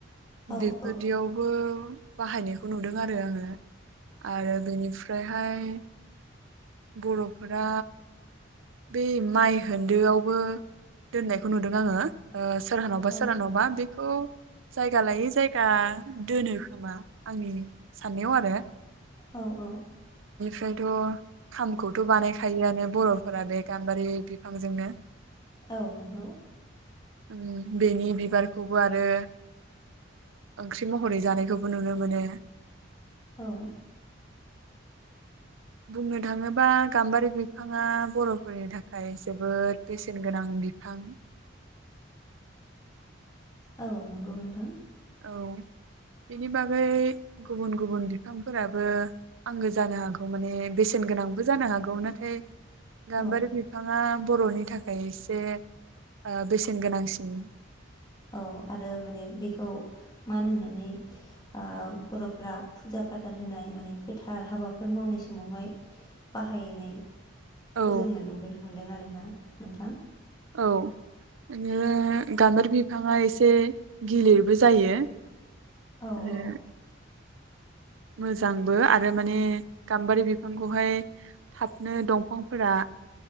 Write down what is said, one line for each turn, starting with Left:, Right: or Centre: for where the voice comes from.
Left: औ
Right: बेफोर
Left: औ
Right: दियावबो बाहायनायखौ नुदों आरो आंङो आरो बेनिफ्रायहाय बर'फोरा बे माइ होनदो आवबो दोननायखौ नुदों आंङो। ओ सोरहानाव बा
Left: औ
Right: सोरहानाव बा बि खौ जायगा लायै जायगा दोनो खोमा आंनि साननायाव आरो।
Left: औ औ
Right: फ्रायथ खामखौथ बानायखायोआनो बर' फोरा बे गाम्बारि बिफांजोंनो।
Left: औ नंगौ।
Right: ओनि बेनि बिबारखौबो आरो ओंख्रि महरै जानायखौबो नुनो मोनो।
Left: औ
Right: बुंनो थांङोबा गाम्बारि बिफांङा बर'फोरनि थाखाय जोबोद बेसेन गोनां बिफां
Left: औ नंगौ नोंथां।
Right: औ बेनि बागै गुबुन गुबुन बिफांफोराबो आंगो जानो हागौ माने बेसेन गोनांबो जानो हागौ नाथाय गाम्बारि
Left: औ
Right: बिफांङा बर'नि थाखाय एसे ओ बेसेन गोनांसिन।
Left: औ आरो माने बेखौ मान होनानै ओ बर'फ्रा फुजा फाथाल होनाय माने गोथार हाबाफोर मावनाय समावहाय बाहायनाय
Right: औ
Left: खौ जोङो नुबोनो मोन्दों आरो ना। नोंथां।
Right: औ बिनो गाम्बारि बिफाङा एसे गिलिरबो जायो।
Left: औ
Right: आरो
Left: औ।
Right: मोजांबो आरो माने गाम्बारि बिफांखौहाय थाबनो दंफांफोरा